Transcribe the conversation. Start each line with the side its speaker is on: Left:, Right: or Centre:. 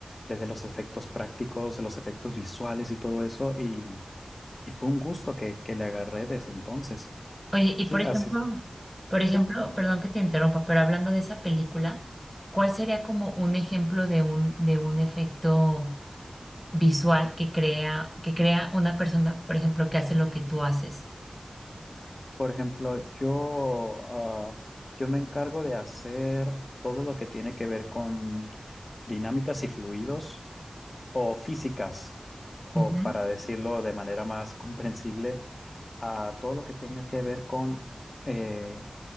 Left: desde los efectos prácticos, los efectos visuales y todo eso. Y, y fue un gusto que, que le agarré desde entonces.
Centre: Oye, y
Left: Sí,
Centre: por ejemplo,
Left: así, fu-
Centre: por ejemplo,
Left: sí.
Centre: perdón que te interrumpa, pero hablando de esa película, ¿cuál sería como un ejemplo de un, de un efecto visual que crea, que crea una persona, por ejemplo, que hace lo que tú haces?
Left: Por ejemplo, yo, ah, yo me encargo de hacer todo lo que tiene que ver con dinámicas y fluidos o físicas, o
Centre: Ujú,
Left: para decirlo de manera más <laughs> comprensible, a todo lo que tenga que ver con eh,